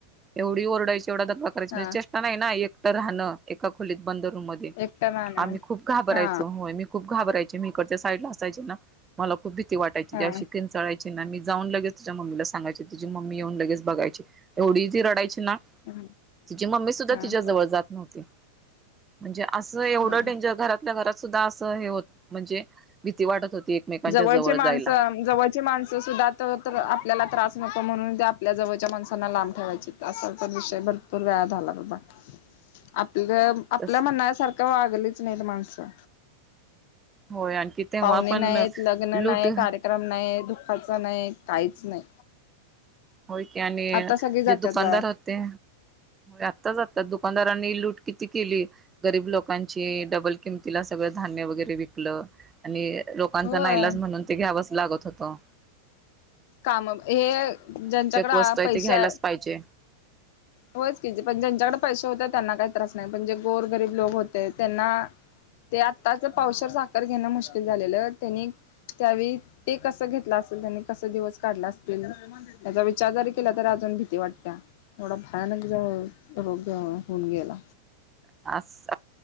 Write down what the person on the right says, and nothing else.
एवढी ओरडायची एवढा धक्का करायची
म्हणजे चेष्टा नाही ना एक राहणं एका खोलीत बंदरूम मध्ये
आम्ही खूप घाबरायचो
होय मी खूप घाबरायचे मी इकडच्या साईड ला असायचे ना. मला खूप भीती वाटयची
ती अशी किंचाळायला ना. जाऊन लगेच तिच्या मम्मीला सांगायची तिची मम्मी येऊन लगेच बघायची एवढ ती रडायची.
तिची मम्मी सुद्धा
तिच्या जवळ जात नव्हती. म्हणजे असं एवढं
डेंजर घरातल्या घरात सुद्धा असं हे होत म्हणजे भीती वाटत होती. एकमेकांच्या
जवळ
जायला
तस
होय आणखी तेव्हा
पण
लूट
होय की आणि
जे दुकानदार
होते आत्ताच आता दु दुकानदारांनी लूट किती केली गरीब लोकांची डबल किमतीला सगळं. धान्य वगैरे विकलं आणि लोकांचा
नाईलाज म्हणून ते घ्यावंच लागत होत. जताो.
वस्तू आहे
ते घ्यायलाच पाहिजे
हा
होय
आज.